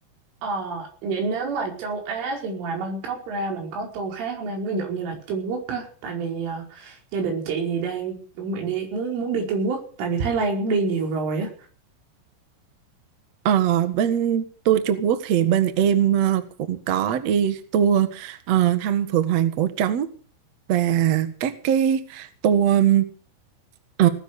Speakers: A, on the right; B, on the right.
A: Ờ, vậy nếu mà châu Á thì ngoài Bangkok ra mình có tour khác không em? Ví dụ như là Trung Quốc á, tại vì ờ, gia đình chị thì đang chuẩn bị đi muốn muốn đi Trung Quốc, tại vì Thái Lan cũng đi nhiều rồi á.
B: Ờ, bên tour Trung Quốc thì bên em ờ, cũng có đi tour ờ, thăm Phượng Hoàng Cổ Trấn và các cái tour ờ,